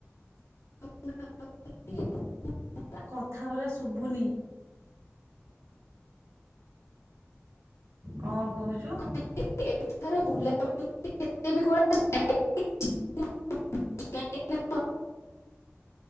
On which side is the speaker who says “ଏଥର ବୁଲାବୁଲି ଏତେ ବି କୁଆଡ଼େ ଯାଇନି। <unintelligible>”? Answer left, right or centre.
Left